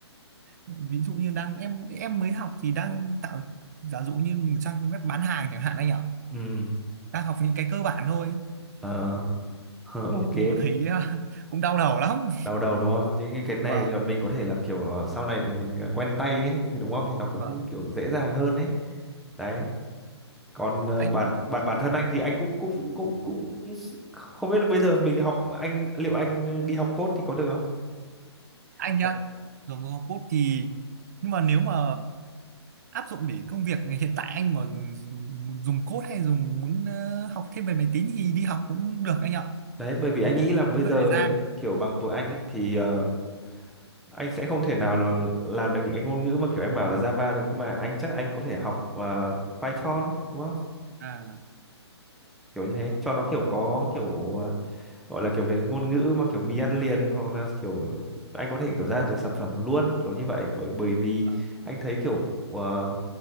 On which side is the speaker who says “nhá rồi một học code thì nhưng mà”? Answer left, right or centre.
Right